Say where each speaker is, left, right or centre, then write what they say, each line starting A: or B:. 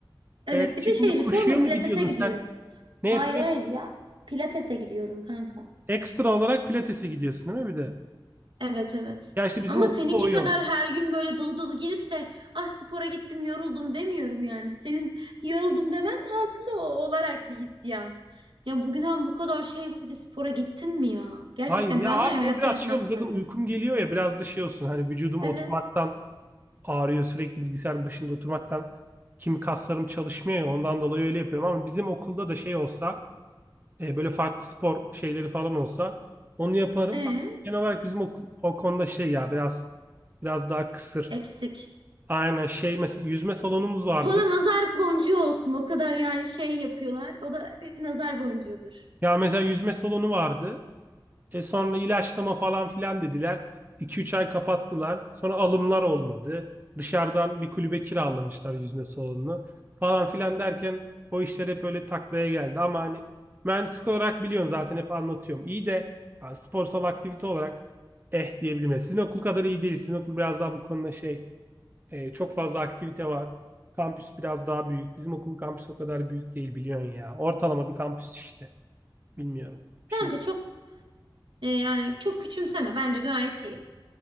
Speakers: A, on the right; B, on the right.
A: Evet.
B: E, iki
A: Bir de şey
B: günde koşuya
A: reformer
B: mı
A: pilatese
B: gidiyordun
A: gidiyorum.
B: sen?
A: Hayır
B: Neye pila-
A: hayır ya. Pilatese gidiyorum kanka.
B: Ekstra olarak pilatese gidiyorsun değil mi bir de?
A: Evet evet.
B: Ya işte bizim
A: Ama
B: okulda
A: seninki
B: o yok.
A: kadar her gün böyle dolu dolu gelip de ah spora gittim yoruldum demiyorum yani. Senin <laughs> yoruldum demen de haklı o- olarak bir isyan. Ya bugünden bu kadar şey yapıp bir de spora gittin mi ya? Gerçekten
B: Hayır ya
A: ben
B: abi
A: var ya hayatta
B: o biraz
A: gitmezdim.
B: şey oluyor. Zaten uykum geliyor ya biraz da şey olsun. Hani vücudum
A: Evet.
B: oturmaktan ağrıyor. Sürekli bilgisayar başında oturmaktan. Kim kaslarım çalışmıyor ya, ondan dolayı öyle yapıyorum. Ama bizim okulda da şey olsa E, böyle farklı spor şeyleri falan olsa onu yaparım.
A: Ee,
B: Ama Genel olarak bizim okul, o konuda şey ya biraz biraz daha kısır.
A: eksik.
B: Aynen şey mesela yüzme salonumuz vardı.
A: O da nazar boncuğu olsun. O kadar yani şey yapıyorlar. O da bir nazar boncuğudur.
B: Ya mesela yüzme salonu vardı. E sonra ilaçlama falan filan dediler. 2-3 ay kapattılar. Sonra alımlar olmadı. Dışarıdan bir kulübe kiralamışlar yüzme salonunu falan filan derken o işler hep öyle taklaya geldi. Ama hani mühendislik olarak biliyorsun zaten hep anlatıyorum. İyi de yani sporsal aktivite olarak eh diyebilirim. Yani Sizin okul kadar iyi değil. Sizin okul biraz daha bu konuda şey e, çok fazla aktivite var. Kampüs biraz daha büyük. Bizim okulun kampüsü o kadar büyük değil biliyorsun ya. Ortalama bir kampüs işte. Bilmiyorum. Bir
A: Kanka
B: şey
A: çok e, yani çok küçümseme. Bence gayet iyi.